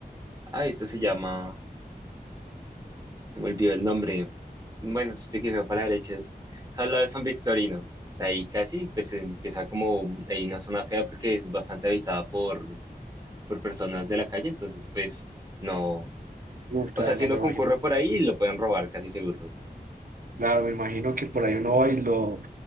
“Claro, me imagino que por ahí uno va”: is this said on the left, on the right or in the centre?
Right